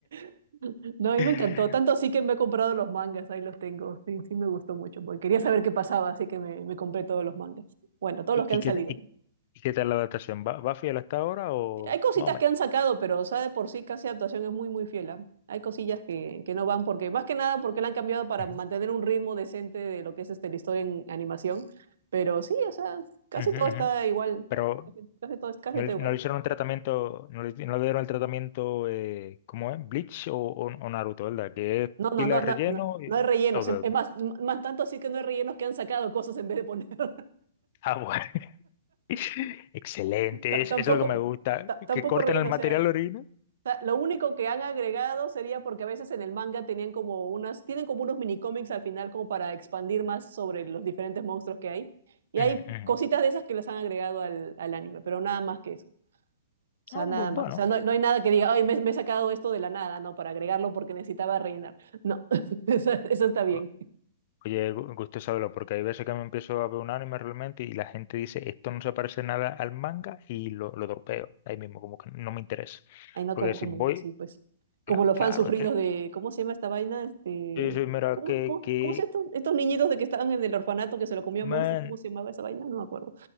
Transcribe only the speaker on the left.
<laughs>
¿Y,
y qué,
y, y qué tal la adaptación? ¿Va, va fiel hasta ahora o
más o menos?
Ujú,
ujú,
ujú.
Pero
no,
le
no le hicieron el tratamiento, no le, no le dieron el tratamiento, eh, ¿cómo es? Bleach o, o- o Naruto, ¿verdad? Que es
pila
de
relleno.
y-
ok,
ok.
Ah, <laughs> bueno. <laughs> Excelente,
es-
eso es lo que me gusta,
que corten
el material
orina.
Ujú,
ujú.
No,
bu- bueno,
ah, oye, gu- gusto saberlo, porque hay veces que me empiezo a ver un anime realmente y la gente dice, esto no se parece nada al manga y lo, lo dropeo ahí mismo, como que no me interesa.
Porque
si
voy,
cla-
claro,
es que,
sí, sí, mira,
que,
que,
man,